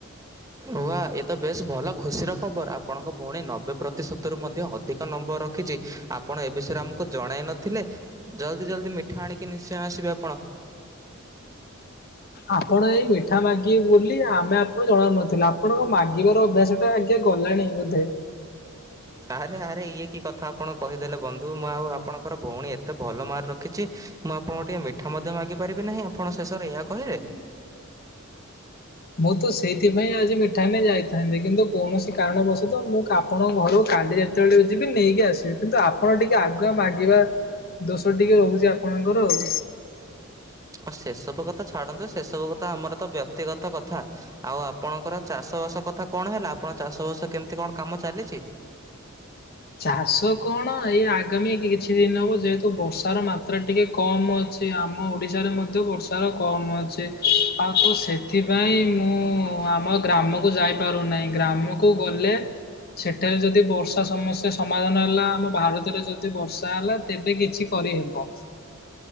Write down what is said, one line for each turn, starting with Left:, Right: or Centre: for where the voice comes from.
Right: ଓହା ଏତ ବେଶ୍ ଭଲ ଖୁସିର ଖବର, ଆପଣଙ୍କ ଭଉଣୀ ନବେ ପ୍ରତିଶତରୁ ମଧ୍ ଧ୍ୟ ଅଧିକ ନମ୍ବର ରଖିଛି, ଆପଣ ଏ ବିଷୟରେ ଆମକୁ ଜଣାଇ ନଥିଲେ? ଜଲ୍ଦି ଜଲ୍ଦି ମିଠା ଆଣିକି ନିଶ୍ଚୟ ଆସିବେ ଆପଣ।
Left: ଆପଣ ଏଇ ମିଠା ମାଗିବେ ବୋଲି ଆମେ ଆପଣଙ୍କୁ ଜଣଉ ନଥିଲୁ, ଆପଣଙ୍କ ମାଗିବାର ଅଭ୍ୟାସ ଟା ଆଜ୍ଞା ଗଲାଣି ବୋଧେ?
Right: ଆରେ ଆରେ ଇଏ କି କଥା ଆପଣ କହିଦେଲେ ବନ୍ଧୁ, ମୁଁ ଆଉ ଆପଣଙ୍କର ଭଉଣୀ ଏତେ ଭଲ ମାର୍କ ରଖିଛି। ମୁଁ ଆପଣଙ୍କୁ ଟିକେ ମିଠା ମଧ୍ୟ ମାଗିପାରିବି ନାହିଁ, ଆପଣ ଶେଷରେ ଏହା କହିଲେ?
Left: ମୁଁ ତ ସେଇଥିପାଇଁ ଆଜି ମିଠା ନେଇ ଯାଇଥାନ୍ତି, କିନ୍ତୁ କୌଣସି କାରଣବଶତଃ ମୁଁ କାମ୍ ଆପଣଙ୍କ ଘରୁ କାଲି ଯେତେବେଳେ ଯିବି ନେଇକି ଆସିବି, କିନ୍ତୁ ଆପଣ ଟିକେ ଆଗୁଆ ମାଗିବା। ଦୋଷ ଟିକେ ରହୁଛି ଆପଣଙ୍କର ଆଉ।
Right: ଓଃ ସେସବୁ କଥା ଛାଡ଼ନ୍ତୁ, ସେସବୁ କଥା ଆମର ତ ବ୍ୟକ୍ତିଗତ କଥା। ଆଉ ଆପଣଙ୍କର ଚାଷବାସ କଥା କଣ ହେଲା, ଆପଣଙ୍କ ଚାଷବାସ କେମିତି କଣ କାମ ଚାଲିଛି?
Left: ଚାଷ କଣ ଏଇ ଆଗାମୀ କିଛି ଦିନ ହବ ଯେହେତୁ ବର୍ଷାର ମାତ୍ରା ଟିକେ କମ ଅଛି। ଯେ ଆମ ଓଡ଼ିଶାରେ ମଧ୍ୟ ବର୍ଷାର କମ୍ ଅଛି, ଆଉ ତ ସେଥିପାଇଁ ମୁଁ ଆମ ଗ୍ରାମକୁ ଯାଇ ପାରୁନାହିଁ, ଗ୍ରାମକୁ ଗଲେ ସେଠାରେ ଯଦି ବର୍ଷା ସମସ୍ ଯେ ସମାଧାନ ହେଲା ଆମ ଭାରତରେ ଯଦି ବର୍ଷା ହେଲା ତେବେ କିଛି କରିହେବ।